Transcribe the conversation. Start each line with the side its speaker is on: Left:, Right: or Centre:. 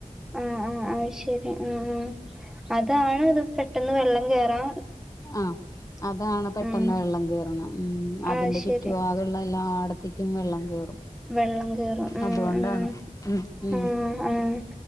Centre: ആഹ് ആഹ് അയ്ശരി ഉം ഉം അതാണ് ഇത് പെട്ടെന്ന് വെള്ളം കേറാ
Left: ആഹ് അതാണ് പെട്ടെന്ന്
Centre: ആഹ്
Left: വെള്ളം കയറുന്നെ. ഉം അതിന്റെ
Centre: അത് ശരി
Left: ചുറ്റുപാകൊള്ള എല്ലയിടത്തേ ക്കും വെള്ളം കേറും.
Centre: വെള്ളം കേറും ഉം
Left: അത്കൊണ്ടാണ്
Centre: ഉം
Left: ഉം ഉം
Centre: ആഹ് ആഹ്